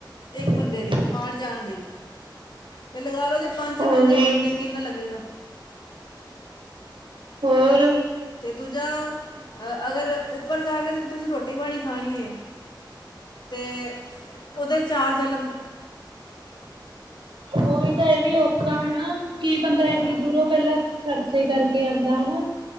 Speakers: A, on the left (about 65°); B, on the right (about 80°).
A: ਇੱਕ ਬੰਦੇ
B: ਹਾਂਜੀ।
A: ਦੀ ਆਉਣ ਜਾਣ ਦੀ ਤੇ ਲਗਾ ਲੋ ਜੇ ਪੰਜ
B: ਉਹੀ
A: ਛੇ ਬੰਦੇ ਹੋਣ ਤੇ ਕਿੰਨਾ ਲੱਗੇਗਾ।
B: ਹੋਰ
A: ਤੇ ਦੂਜਾ ਅਗਰ ਉੱਪਰ ਜਾ ਕੇ ਤੁਸੀਂ ਰੋਟੀ ਪਾਣੀ ਖਣੀ ਏ। ਤੇ ਉਹਦੇ ਚਾਰਜ ਅਲੱਗ।
B: ਉਹੀ ਤਾਂ ਇਹ ਵੀ ਔਖਾ ਹੈ ਨਾਂ। ਕੀ ਬੰਦਾ
A: ਹਾਂ
B: ਇੰਨੀ ਦੂਰੋਂ ਪਹਿਲਾਂ ਖਰਚੇ ਕਰਕੇ ਆਉਂਦਾ ਹੈ ਨਾਂ।